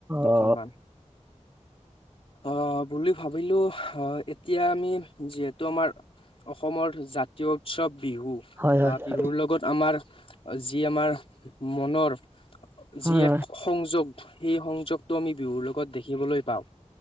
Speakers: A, on the left; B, on the right.
A: অকনমান
B: অ
A: অ ভাবিলো এতিয়া আমি যিহেতু আমাৰ অসমৰ জাতীয় উৎসৱ বিহু
B: হয় হয়
A: বা বিহুৰ
B: হয়
A: লগত আমাৰ যি আমাৰ মনৰ যি
B: হয় হয়
A: এক সংযোগ সেই সংযোগটো আমি বিহুৰ লগত দেখিবলৈ পাওঁ